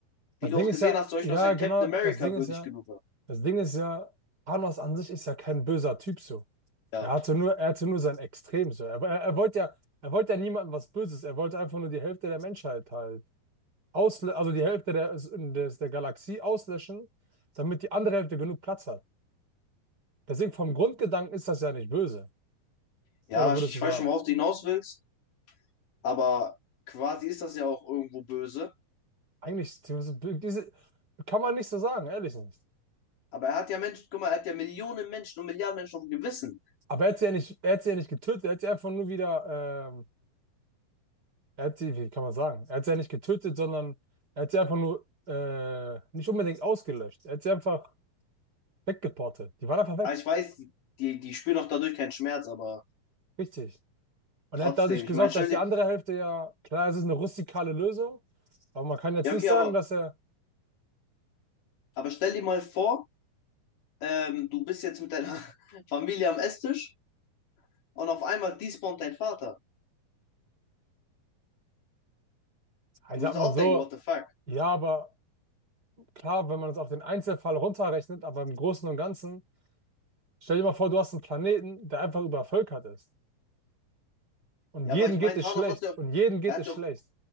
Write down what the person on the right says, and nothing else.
Das
Ding
ist
ja,
ja,
genau,
das Ding
ist ja,
das Ding ist ja, Thanos an sich ist ja kein böser Typ so.
Er hatte nur, er hatte nur sein Extrem so. Er, er, er wollte ja, er wollte ja niemandem was Böses. Er wollte einfach nur die Hälfte der Menschheit halt ausle also die Hälfte der, des, der Galaxie auslöschen, damit die andere Hälfte genug Platz hat. Deswegen vom Grundgedanken ist das ja nicht böse.
Oder würdest
du sagen?
Eigentlich diese, diese- kann man nicht so sagen, ehrlich nicht.
Aber er hat sie ja nicht, er hat sie ja nicht getötet, er hat sie einfach nur wieder, ähm, er hat sie, wie kann man sagen? Er hat sie ja nicht getötet, sondern er hat sie einfach nur äh, nicht unbedingt ausgelöscht. Er hat sie einfach weggeportet. Die waren einfach weg.
Richtig. Und
er hat dadurch
gesorgt,
dass die
andere Hälfte ja, klar, es ist eine rustikale Lösung, aber man kann jetzt
nicht
sagen,
dass er,
ich
sag
mal
so,
ja, aber. Klar, wenn man es auf den Einzelfall runterrechnet, aber im Großen und Ganzen, stell dir mal vor, du hast einen Planeten, der einfach übervölkert ist. Und
jedem
geht
es
schlecht.
Und jedem geht
es
schlecht.